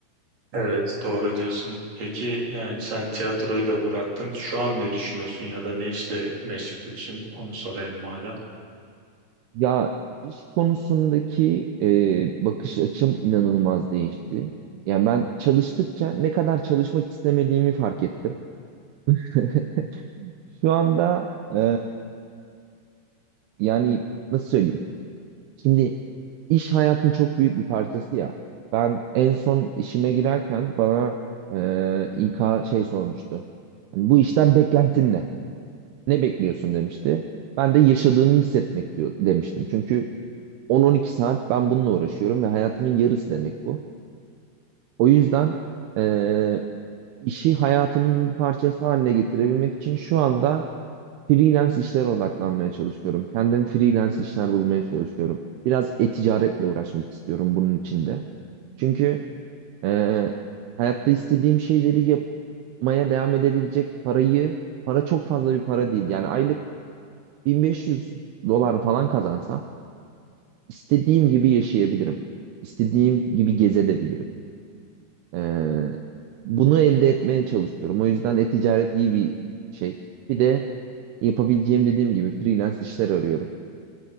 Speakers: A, on the right (about 40°); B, on the right (about 75°).
A: Evet doğru diyorsun. Peki yani sen tiyatroyu da bıraktın. Şu an ne düşünüyorsun ya da ne işle meşgulsün? Onu sorayım madem.
B: Ya iş konusundaki e, bakış açım inanılmaz değişti. Yani ben çalıştıkça ne kadar çalışmak istemediğimi fark ettim. <laughs> Şu anda e, yani nasıl söyleyeyim? Şimdi iş hayatın çok büyük bir parçası ya. Ben en son işime girerken bana e, İK şey sormuştu. Hani bu işten beklentin ne? Ne bekliyorsun demişti. Ben de yaşadığını hissetmek diyor, demiştim. Çünkü 10-12 saat ben bununla uğraşıyorum ve hayatımın yarısı demek bu. O yüzden e, işi hayatımın bir parçası haline getirebilmek için şu anda Freelance işlere odaklanmaya çalışıyorum. Kendim freelance işler bulmaya çalışıyorum. Biraz e-ticaretle uğraşmak istiyorum bunun içinde. Çünkü e, hayatta istediğim şeyleri yapmaya devam edebilecek parayı, para çok fazla bir para değil. Yani aylık 1500 dolar falan kazansam istediğim gibi yaşayabilirim. İstediğim gibi gezebilirim. E, bunu elde etmeye çalışıyorum. O yüzden e-ticaret iyi bir şey. Bir de yapabileceğim dediğim gibi freelance işler arıyorum.